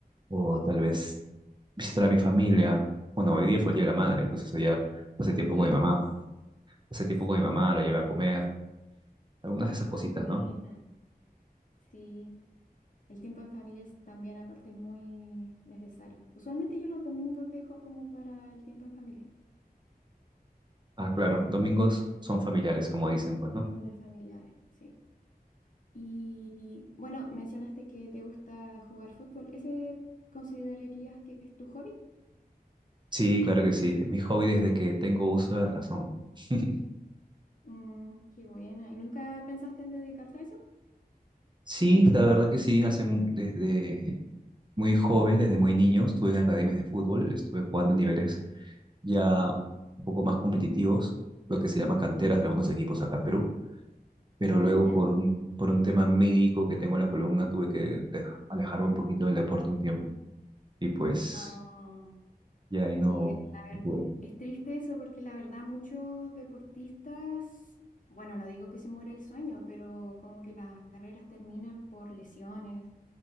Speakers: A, on the right; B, on the left.
A: o tal vez visitar a mi familia. Bueno, hoy día fue el Día de la Madre, entonces ya pasé tiempo
B: Claro,
A: con mi mamá, pasé tiempo
B: sí,
A: con mi mamá, la llevé a comer, algunas de esas cositas,
B: qué buena.
A: ¿no?
B: Sí, el tiempo en familia es también aparte es muy necesario. Usualmente yo los domingos dejo como para el tiempo en familia,
A: Ah, claro, domingos son familiares, como dicen, pues,
B: domingos
A: ¿no?
B: de familiares, sí. Y bueno, mencionaste que te gusta jugar fútbol. ¿Ese considerarías que es tu hobby?
A: Sí, claro que sí. Mi hobby desde que tengo uso de razón. <laughs>
B: Mm, qué buena. ¿Y nunca pensaste en dedicarte a eso?
A: Sí, la verdad que sí. Hace mu- desde muy joven, desde muy niño, estuve en academias de fútbol, estuve jugando a niveles ya un poco más competitivos, lo que se llama canteras de algunos equipos acá en Perú. Pero
B: Ah,
A: luego
B: ya.
A: por un, por un tema médico que tengo en la columna, tuve que dej- alejarme un poquito del deporte un tiempo. Y pues
B: Ah,
A: ya ahí no,
B: sí, eh, la
A: no
B: ver-
A: pude.
B: es triste eso porque la verdad muchos deportistas, bueno, no digo que se muera el sueño, pero como que las carreras terminan por lesiones,